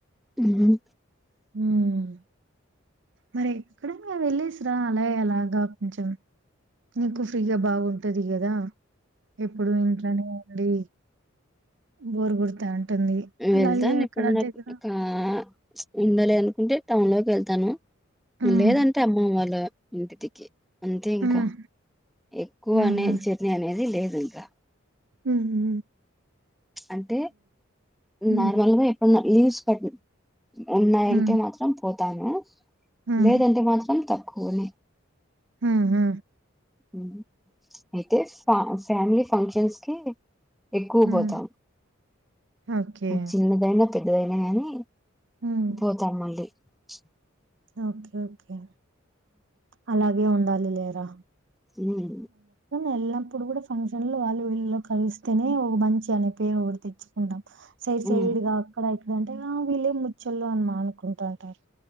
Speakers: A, in the centre; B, on the right.
A: హ్మ్
B: హమ్ మరి ఎక్కడనా వెళ్లేసిరా ఆలే అలాగా కొంచెం నీకు ఫ్రీగా బాగుంటది గదా ఎప్పుడు ఇంట్లనే ఉండి బోర్ కొడతా ఉంటుంది అలాగే
A: వెళ్తాను
B: అక్కడ
A: ఎప్పుడన్నా
B: దగ్గర
A: కా ప్చ్.. ఉండలి అనుకుంటే టౌ వెళ్తాను
B: హ్మ్
A: లేదంటే అమ్మమ్మ వాళ్ళ ఇంతతిక్కి అంతే
B: హ్మ్
A: ఇంక ఎక్కువ
B: హ్మ్
A: అనే
B: హ్మ్ హ్మ్.
A: జర్నీ అనేది లే ఇంకా
B: హ్మ్ హు
A: అంటే
B: హ్మ్.
A: నార్మల్గా ఎప్పు లీస్ పట్ ఉన్నాయంటే
B: హ్మ్.
A: మాత్రం పో తాను
B: హ్మ్.
A: లేదంటే మాత్రం త కోలీ
B: హ్మ్ హు
A: హ్మ్ అయితే ఫ ఫ్యామిలీ ఫంక్షన్సకి ఎక్కువ
B: హ్మ్.
A: పోతాం
B: ఓకే.
A: చిన్నదైనా పెద్దదై నా కాని
B: హ్మ్.
A: పోతాం మళ్ళీ చ్
B: ఓకే ఓకే అలాగే ఉండా లేరా
A: హ్మ్
B: వెళ్ళినప్పుడు కూడా ఫంక్షన్ లో వాళ్ళు వీళ్ళలో కలిస్తేనే ఒక మంచి అనే పేరు ఒకటి తెచ్చుకుంటాం సైడ్ సైడ్
A: ఉమ్,
B: గా అక్కడ ఇ ఇప్పుడంటేగా వీళ్ళే ముచ్చోళ్లు అని మా అనుకుంటుంటారు